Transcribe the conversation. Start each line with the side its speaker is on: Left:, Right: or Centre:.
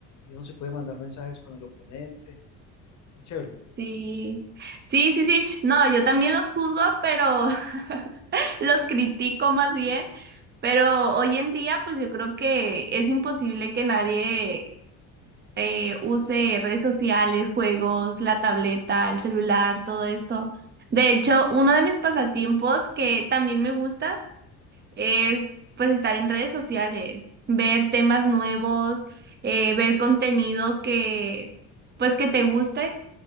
Left: y uno se puede mandar mensajes con el oponente. Es chévere,
Right: Sí, sí, sí, sí. No, yo también los juzgo, pero <laughs> los critico más bien. Pero hoy en día, pues yo creo que es imposible que nadie eh, use redes sociales, juegos, la tableta, el celular, todo esto. De hecho, uno de mis pasatiempos que también me gusta es pues estar en redes sociales, ver temas nuevos, eh, ver contenido que pues que te guste.